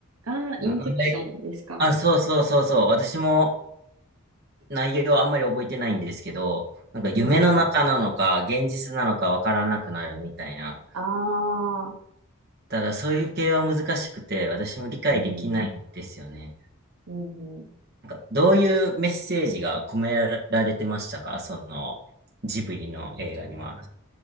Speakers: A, on the right; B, on the right.
A: ああ、
B: な、
A: インセプションですか。
B: なんで、あ、そうそうそうそう。私も、内容はあんまり覚えてないんですけど、なんか夢の中なのか、
A: うん。
B: 現実なのかわからなくなるみたいな。
A: ああ、
B: ただそういう系は難しくて、私も理解できないんんですよね。
A: うん、うん、うん。
B: なんかどういうメッセージが込められてましたかそのジブリの映画には。